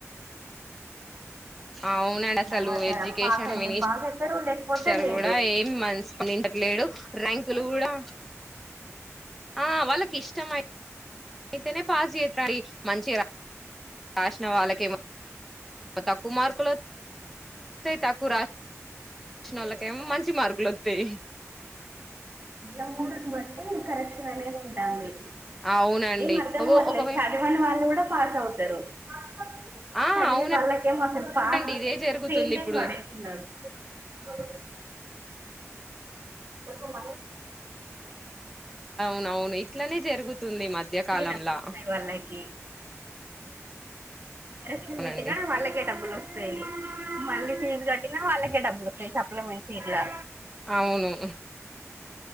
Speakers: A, in the centre; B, on the right (about 40°).
A: అవునండి అసలు
B: తర్వాత
A: ఎడ్యుకేషన్
B: పాస్ అయితే
A: మినిస్
B: పాస్ అయితారు లేకపోతే
A: ఇారు
B: లేదు
A: కూడా ఏం మనందించట్లేడు ర్యాంకులు కూడా ఆ వాళ్ళకి ఇష్టమ అయితేనే పాస్ చేతుడి మంచి రా రాసిన వాళ్ళకే తక్కువ మార్కులు వా వాయి తక్కువ రా రాసిన వాళ్ళకేమో మంచి మార్కులు వస్తాయి
B: మళ్ళ మూడన్ బట్టే కరెక్షన్ అనే ఉంటాలి
A: అవునండి
B: ఏం అర్థంవర్లేదు
A: ఒక ఒకవే
B: చదివని వాళ్ళు కూడా పాస్ అవుతారు ఆ
A: ఆ
B: చదివి
A: అవును
B: వాళ్ళకేమో అసలు పాస్
A: అండి ఇదే జరుగుతుంది
B: స్ీట్
A: ఇప్పుడు
B: పడేస్తున్నారుడు అ ఇకు మ
A: నావును అట్లనే జరుగుతుంది మధ్యకాలంలా
B: డబ్బులు వస్తాయి వాళ్ళకి కరెక్షన్లు
A: అవునండి
B: పెట్టిన వాళ్ళకే డబ్బుల్ వస్త్ పెయిన్ మీళ్ళీ తీన్ గడ్ విన్న వాళ్ళకే డబ్బుల్ వస్తాయ్ చెప్పాలా మంచిగ్ ఇట్లా
A: అవును